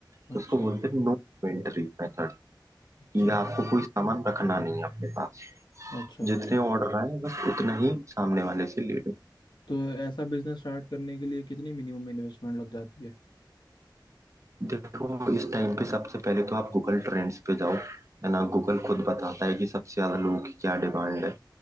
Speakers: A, on the left; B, on the right.
A: अच्छा
B: तो उसको बोलते हैं नो इन्वेंट्री मेथड
A: अच्छा
B: कि आपको कोई सामान रखना नहीं है अपने पास
A: अच्छा
B: जितने ऑर्डर आए बस उतना ही सामने वाले से ले लो
A: तो ऐसा बिजनेस स्टार्ट करने के लिए कितनी मिनिमम इन्वेस्टमेंट लग जाती है
B: देखो इस टाइम पे सबसे पहले तो आप गूगल ट्रेंड्स पे जाओ है ना गूगल खुद बताता है कि सबसे ज्यादा लोगों की क्या डिमांड है